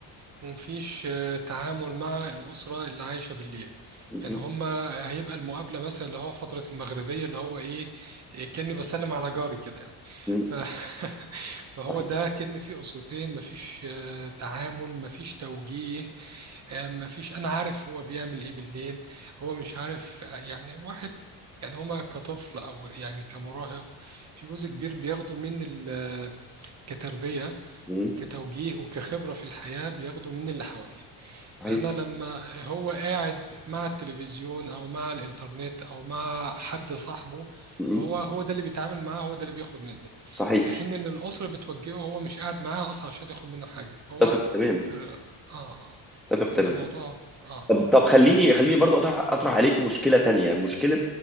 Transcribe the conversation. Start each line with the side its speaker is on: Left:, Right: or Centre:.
Right: ومفيش آه، تعامل مع الأسرة اللي عايشة بالليل
Centre: م-
Right: يعني هما هيبقى المقابلة مثلا اللي هو فترة المغربية اللي هو إيه إيه، كأني بسلم على جاري كده يعني
Centre: م- م-
Right: ف... <laughs> فهو
Centre: صحيح
Right: ده كأن في أسرتين مفيش آه، تعامل مفيش توجيه آه، مفيش أنا عارف هو بيعمل إيه بالليل هو مش عارف آه، يعني واحد يعني هما كطفل أو يعني كمراهق في جزء كبير بياخده من ال- كتربية
Centre: م-
Right: وكتوجيه وكخبرة في الحياة بياخده من اللي حواليه فأنا
Centre: صحيح
Right: لما هو قاعد مع التلفزيون أو مع الإنترنت أو مع حد صاحبه
Centre: م-
Right: فهو
Centre: م.
Right: هو ده اللي بيتعامل معاه هو ده اللي بياخد منه
Centre: صحيح
Right: في حين إن الأسرة بتوجهه هو مش قاعد معاها أصلا عشان ياخد منه حاجة فهو
Centre: اتفق تمام
Right: ات- آه آه
Centre: اتفق
Right: فده
Centre: تمام
Right: موضوع آه
Centre: طب طب خليني خليني برضو اطرح اطرح عليك مشكله تانية مشكله